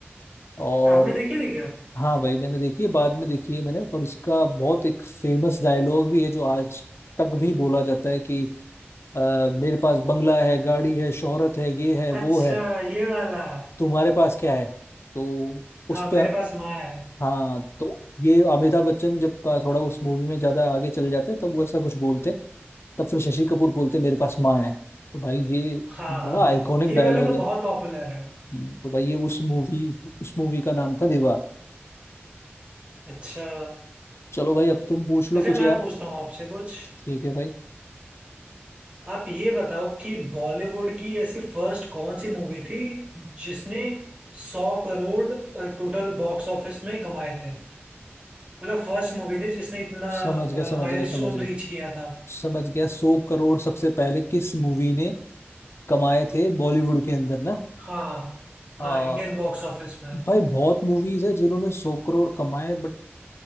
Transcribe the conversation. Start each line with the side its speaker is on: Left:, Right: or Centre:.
Left: और
Right: आपने देखी थी क्या
Left: हाँ भाई मैंने देखी है बाद में देखी है मैंने और उसका बहुत एक फेमस डायलॉग भी है जो आज तक भी बोला जाता है कि अ, मेरे पास बंगला है गाड़ी है शोहरत है ये है वो
Right: अच्छा
Left: है
Right: ये वाला
Left: तुम्हारे पास क्या है तो उस
Right: हाँ
Left: पे
Right: मेरे पास माँ है
Left: हाँ तो ये अमिताभ बच्चन जब का थोड़ा उस मूवी में ज्यादा आगे चले जाते हैं तब वो ऐसा कुछ बोलते हैं तब फिर शशि कपूर बोलते हैं मेरे पास माँ है तो भाई ये
Right: हाँ
Left: बड़ा
Right: हाँ हाँ,
Left: आइकॉनिक
Right: ये
Left: डायलॉग
Right: वाला तो
Left: है
Right: बहुत पॉपुलर है
Left: हम्म, तो भाई ये उस मूवी उस मूवी का नाम था दीवार
Right: अच्छा
Left: चलो भाई अब तुम पूछ लो
Right: अच्छा
Left: कुछ
Right: मैं
Left: यार
Right: पूछता हूँ आपसे कुछ
Left: ठीक है भाई
Right: आप ये बताओ कि बॉलीवुड की ऐसी फर्स्ट कौन सी मूवी थी जिसने सौ करोड़ टोटल बॉक्स ऑफिस में कमाए थे मतलब फर्स्ट मूवी थी जिसने इतना
Left: समझ गया समझ
Right: माइलस्टोन
Left: गया समझ गया
Right: रीच किया था
Left: समझ गया सौ करोड़ सबसे पहले किस मूवी ने कमाए थे बॉलीवुड के अंदर ना
Right: हाँ
Left: आ,
Right: हाँ इंडियन बॉक्स ऑफिस में
Left: भाई बहुत मूवीज है जिन्होंने सौ करोड़ कमाए बट